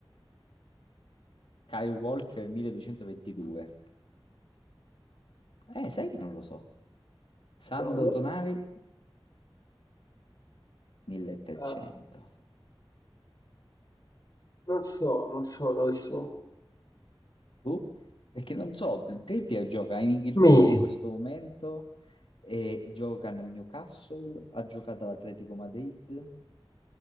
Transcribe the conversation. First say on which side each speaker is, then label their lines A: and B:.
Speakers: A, on the left; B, on the left.
A: Kyle Walker 1222. Eh, sai che non lo so. Sandro
B: No, lo-
A: Tonali 1300.
B: eh, non so, non so, non so.
A: Boh, perché non so, Trippier gioca in Inghilterra
B: Mi.
A: in questo momento e gioca nel Newcastle, ha giocato all'Atletico Madrid,